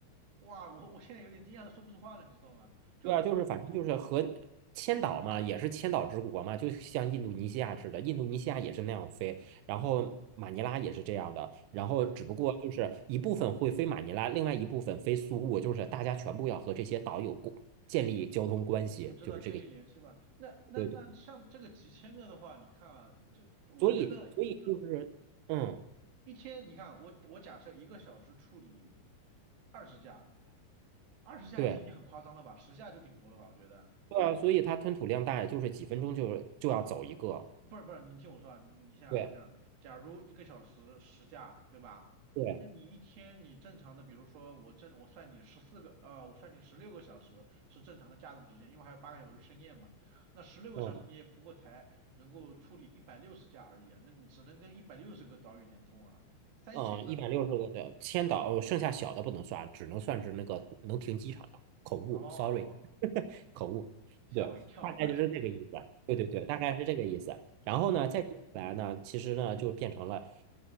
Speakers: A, on the right (about 60°); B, on the right (about 85°).
A: 哇，我我现在有点惊讶的说不出话了，你知道吗？就
B: 对啊，就是反正就是和千岛嘛，也是千岛之国嘛，就像印度尼西亚似的，印度尼西亚也是那样飞，然后马尼拉也是这样的，然后只不过就是一部分会飞马尼拉，
A: 不是
B: 另外一部分飞苏务，就是大家全部要和这些岛有过建立交通关系，
A: 我知道建立联系吧？
B: 就是这个意思。
A: 那那那像这个几千个的话，
B: 对对，
A: 你看啊，就我觉得。
B: 所以所以就是嗯，
A: 就是。一天，你看我我假设一个小时处理二十架，二十架已经已经很夸张了吧，
B: 对
A: 十架就顶多了吧，我觉得。
B: 对啊，所以它吞吐量大，就是几分钟就就要走一个，
A: 不是不是，你听我说啊，你想你想，
B: 对
A: 假如一个小时十架，对吧？
B: 对，
A: 那你一天你正常的，比如说我正我算你十四个，呃，我算你十六个小时是正常的架动时间，因为还有八个小时深夜嘛。那十六个小时你也不过才能够处理一百六十架而已啊，
B: 嗯。
A: 那你只能跟一百六十个岛屿连通啊，三千个，
B: 嗯，一百六十个的千岛，哦剩下小的不能算，只能算是那个能停机场的。口误，sorry，
A: 哦哦，哦
B: 口误，
A: 吓我一跳，
B: 对，大概就是这个意思。
A: 我说。
B: 对对对，大概是这个意思。然后呢，
A: 哦，
B: 再接下来呢，其实呢就变成了，